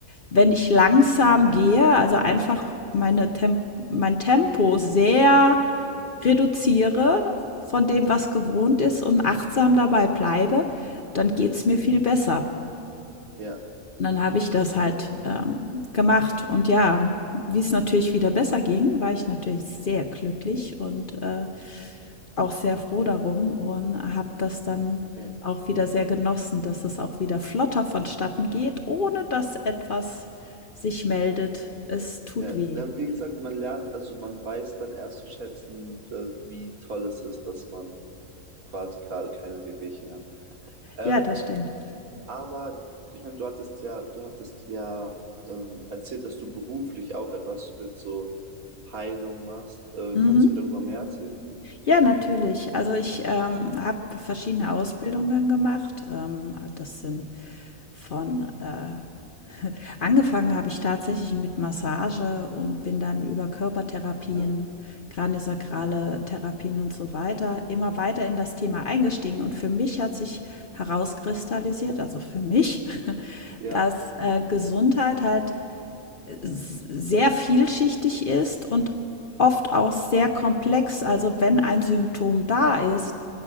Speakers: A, on the left (about 50°); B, on the right (about 75°).
A: wenn ich langsam gehe, also einfach meine Temp mein Tempo sehr reduziere von dem, was gewohnt ist und achtsam dabei bleibe, dann geht es mir viel besser.
B: ja,
A: Und dann habe ich das halt ähm, gemacht. Und ja, wie es natürlich wieder besser ging, war ich natürlich sehr glücklich und äh, auch sehr froh darum und habe das dann
B: ja.
A: auch wieder sehr genossen, dass es auch wieder flotter vonstatten geht, ohne dass etwas sich meldet. Es tut
B: Ja,
A: weh.
B: dann, wie gesagt, man lernt, also man weiß dann erst zu schätzen, äh, wie toll es ist, dass man quasi gerade keine Wehwehchen hat. Ähm,
A: Ja, das stimmt.
B: aber ich meine, du hattest ja, du hattest ja ähm, erzählt, dass du beruflich auch etwas mit so Heilung machst. Äh,
A: Mhm.
B: kannst du mir darüber mehr erzählen?
A: Ja, natürlich. Also ich ähm, habe verschiedene Ausbildungen gemacht. Ähm, das sind von äh, <laughs> angefangen habe ich tatsächlich mit Massage und bin dann über Körpertherapien,
B: Ah,
A: kraniosakrale Therapien und so weiter immer weiter in das Thema eingestiegen. Und für mich hat sich herauskristallisiert, also für mich, <laughs>
B: ja,
A: dass äh, Gesundheit halt sehr vielschichtig ist und oft auch sehr komplex. Also, wenn ein Symptom da ist,